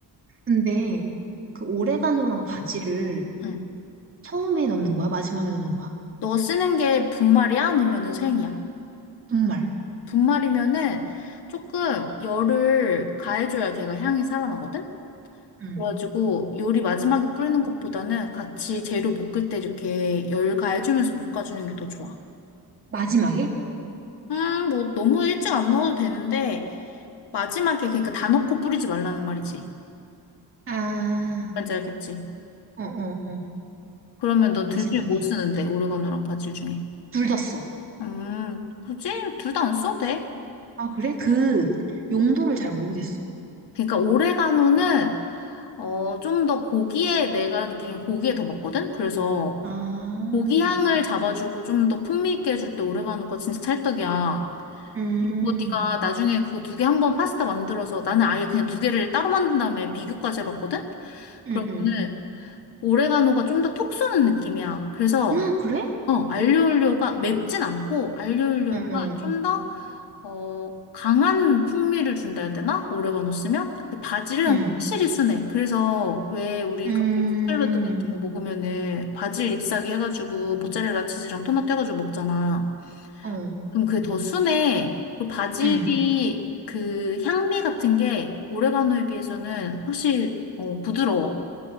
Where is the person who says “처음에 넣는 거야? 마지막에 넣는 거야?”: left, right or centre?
Right